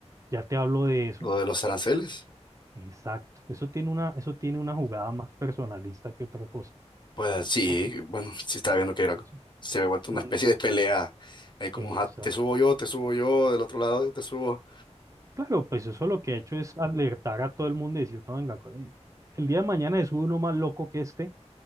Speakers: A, on the right; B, on the left.
A: ya te hablo de eso.
B: lo de los aranceles.
A: Exacto, eso tiene una, eso tiene una jugada más personalista que otra cosa.
B: Pues sí,
A: Ojo
B: bueno, sí estaba viendo que
A: con
B: era,
A: eso,
B: se había vuelto
A: con-
B: una especie de pelea, eh, como
A: Exacto.
B: "Ah, te subo yo, te subo yo, del otro lado yo te subo,
A: Claro, pues eso lo que ha hecho es alertar a todo el mundo y decir, no, venga, con- el día de mañana es uno más loco que este.